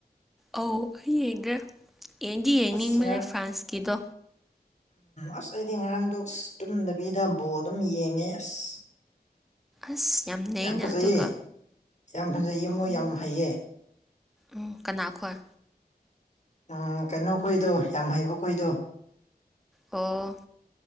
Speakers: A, in the centre; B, on the left (about 45°).
A: ꯑꯧ ꯑꯩ ꯌꯦꯡꯗ꯭ꯔꯦ ꯌꯦꯡꯗꯤ ꯌꯦꯡꯅꯤꯡꯕꯅꯦ
B: ꯑꯁ ꯉꯔꯥꯡ
A: ꯐ꯭ꯔꯥꯟꯁꯀꯤꯗꯣ
B: ꯑꯁ ꯑꯩꯗꯤ ꯉꯔꯥꯡꯗꯣ ꯑꯁ ꯇꯨꯝꯗꯕꯤꯗ ꯕꯣ ꯑꯗꯨꯝ ꯌꯦꯡꯉꯦ ꯑꯁ
A: ꯑꯁ ꯅꯩꯅ
B: ꯌꯥꯝ ꯐꯖꯩꯌꯦ
A: ꯑꯗꯨꯒ
B: ꯌꯥꯝ ꯐꯖꯩ ꯏꯃꯣ
A: ꯎꯝ
B: ꯌꯥꯝ ꯐꯩꯌꯦ
A: ꯎꯝ ꯀꯅꯥꯈꯣꯏ
B: ꯎꯝ ꯀꯩꯅꯣ ꯈꯣꯏꯗꯣ ꯌꯥꯝ ꯍꯩꯕ ꯈꯣꯏꯗꯣ
A: ꯑꯣ